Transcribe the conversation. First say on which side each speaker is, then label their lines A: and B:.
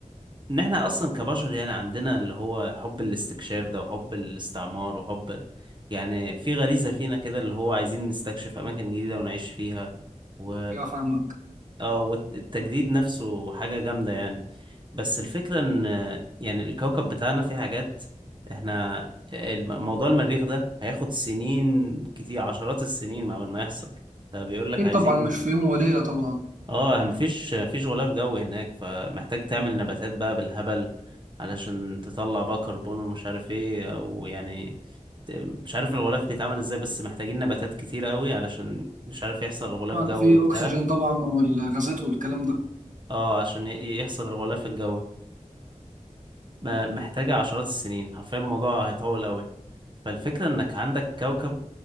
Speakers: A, on the right (about 35°); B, on the right (about 80°).
A: ان احنا اصلا كبشر يعني عندنا اللي هو حب الاستكشاف ده وحب الاستعمار وحب يعني في غريزة فينا كده اللي هو عايزين نستكشف اماكن جديدة ونعيش فيها و
B: ايوه فاهمك
A: اه والتجديد نفسه حاجة جامدة يعني بس الفكرة ان يعني الكوكب بتاعنا فيه حاجات احنا الم- موضوع المريخ ده هياخد سنين كتير عشرات السنين قبل ما يحصل فبيقول لك
B: اكيد
A: عايزين
B: طبعا مش في يوم وليلة طبعا
A: اه مفيش مفيش غلاف جو هناك فمحتاج تعمل نباتات بقى بالهبل علشان تطلع بقى كربون ومش عارف ايه ويعني ت- مش عارف الغلاف بيتعمل ازاي بس محتاجين نباتات كتيرة قوي علشان مش عارف يحصل غلاف
B: آه،
A: جوي
B: في
A: وبتاع
B: أكسجين طبعا والغازات والكلام ده
A: اه عشان ي- يحصل الغلاف الجوي فمحتاجة عشرات السنين حرفيا الموضوع هيطول قوي فالفكرة انك عندك كوكب